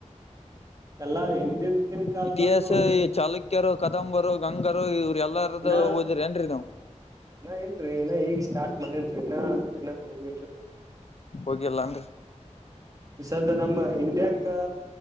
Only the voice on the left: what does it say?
ಇತಿಹಾಸ ಚಾಲುಕ್ಯರು ಕದಂಬರು ಗಂಗರು ಇವ್ರ ಎಲ್ಲಾರ್ದು
ಓದಿರಿ ಏನ್ರಿ ನೀವು
ಹೋಗಿಲ್ಲಾನ್ರಿ